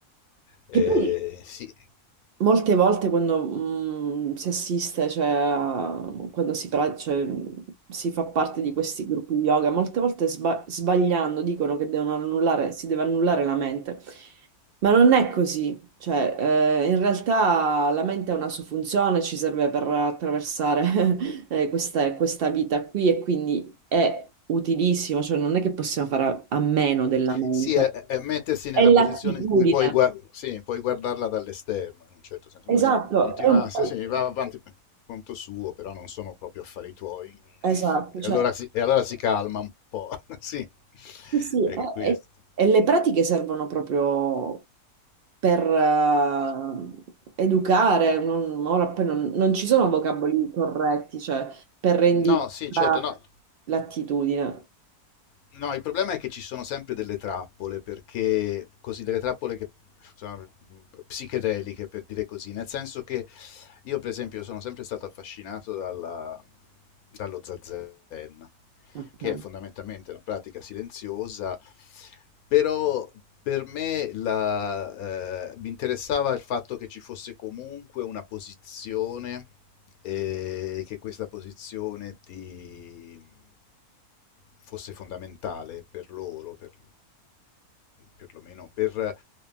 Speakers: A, on the left (about 75°); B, on the right (about 80°).
A: Eh,
B: che poi
A: sì,
B: Molte volte quando mh, si assiste, cioè, a- quando si, pra- cioè, si fa parte di questi gruppi di yoga, molte volte sba- sbagliando dicono che devono annullare, si deve annullare la mente, ma non è così. Cioè, eh, in realtà la mente ha una sua funzione, ci serve per attraversare <laughs> eh, questa, questa vita qui e quindi è utilissimo, cioè non è che possiamo fare a a meno della mente.
A: Sì, è, è mettersi nella
B: È l'attitudine.
A: posizione in cui puoi, gua- sì, puoi guardarla dall'esterno, in un certo senso,
B: Esatto,
A: come se continuasse,
B: è un po'
A: sì, sì, va avanti per conto suo, però non sono proprio affari tuoi. <laughs>
B: esatto,
A: E
B: cioè
A: allora si, e allora si calma un po', <laughs> sì,
B: Sì, sì,
A: è
B: e,
A: questo.
B: e- e le pratiche servono proprio per eh, educare, non, ora poi non, non ci sono vocaboli corretti, cioè per rendire
A: No, sì,
B: la-
A: certo, no,
B: l'attitudine.
A: No, il problema è che ci sono sempre delle trappole, perché così delle trappole che insomma, psichedeliche, per dire così, nel senso che io, per esempio, sono sempre stato affascinato dalla- dallo zazen,
B: Ok.
A: che è fondamentalmente una pratica silenziosa, però per me la- eh, mi interessava il fatto che ci fosse comunque una posizione e che questa posizione ti fosse fondamentale per loro, per, perlomeno per,